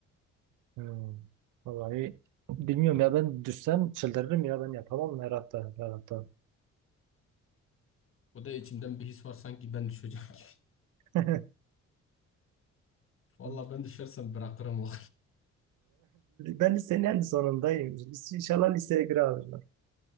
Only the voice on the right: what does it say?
Hmm. Vallahi bilmiyorum ya ben düşsem çıldırırım ya ben yapamam her hafta her hafta.
<laughs>
<laughs>
Ben lisenin en sonundayım. lise İnşallah liseye girer alırlar.